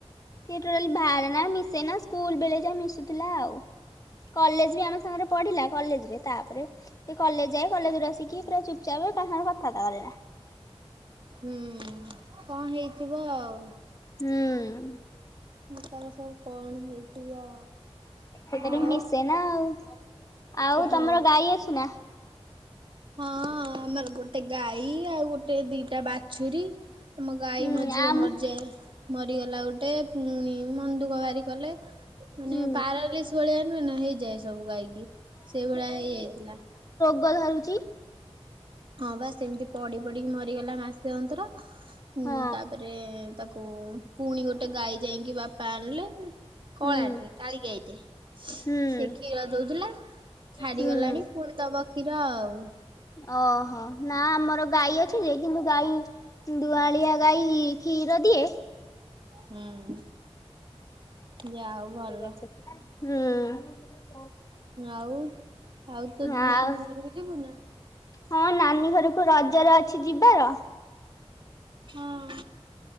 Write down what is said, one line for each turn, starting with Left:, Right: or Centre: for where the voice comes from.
Left: ସିଏ ଟୋଟାଲି ବାହାରେନା, ମିଶେନା ସ୍କୁଲ ବେଳେ ଯାହା ମିଶୁଥିଲା ଆଉ। କଲେଜ ବି ଆମ ସାଙ୍ଗରେ ପଢ଼ିଲା। କଲେଜରେ ତାପରେ ସେ କଲେଜ ଯାଏ କଲେଜରୁ ଆସିକି ପୁରା ଚୁପଚାପ୍ କାହା ସାଙ୍ଗରେ କଥାବାର୍ତ୍ତା କରେନା।
Right: ହୁଁ କଅଁ ହେଇଥିବ ଆଉ।
Left: ହୁଁ।
Right: ତାର ସବୁ କଣ ହେଇଥିବ?
Left: ସେ ଖାଲି
Right: ଆଉ
Left: ମିଶେ ନା ଆଉ। ଆଉ
Right: ହଁ
Left: ତମର ଗାଈ ଅଛି ନା?
Right: ହଁ ଆମର ଗୋଟେ ଗାଈ। ଆଉ ଗୋଟେ ଦିଟା ବାଛୁରୀ ଆମ ଗାଈ
Left: ହୁଁ
Right: ମଝିରେ
Left: ଆମ
Right: ମଜେ ମରିଗଲା ଗୋଟେ ପୁଣି ମନଦୁଃଖ ଭାରି କଲେ। ମାନେ
Left: ହୁଁ।
Right: ପାରାଲିସ୍ ଭଳିଆ ନୁହେଁ ନା ହେଇଯାଏ ସବୁ ଗାଈକି। ସେଇ ଭଳିଆ ହେଇଯାଇଥିଲା।
Left: ପୁଅ ଧରୁଚି।
Right: ହଁ ବା ସେମିତି ପଡ଼ି ପଡ଼ିକି ମରିଗଲା। ମାସେ ଅନ୍ତର
Left: ହଁ
Right: ତାପରେ ତାକୁ ପୁଣି ଗୋଟେ ଗାଈ ଯାଇକି ବାପା ଆଣିଲେ। କଳା
Left: ହୁଁ।
Right: ଟେ କାଳୀ ଗାଈଟେ ସେ
Left: ହୁଁ।
Right: କ୍ଷୀର ଦଉଥିଲା। ଛାଡିଗଲାଣି
Left: ହୁଁ
Right: ପୁଣି ଦବ କ୍ଷୀର ଆଉ।
Left: ଓହୋ ନା ଆମର ଗାଈ ଅଛି ଯେ କିନ୍ତୁ ଗାଈ ଦୁଆଳିଆ ଗାଈ କ୍ଷୀର ଦିଏ?
Right: ହୁଁ ଯା ହଉ। ଭଲ
Left: ହୁଁ।
Right: ଆଉ ଆଉ ତୋ ତ
Left: ଆଉ
Right: ନାନୀ ଘରକୁ ଯିବୁ ନା?
Left: ହଁ ନାନୀ ଘରକୁ ରଜରେ ଅଛି ଯିବାର।
Right: ହଁ।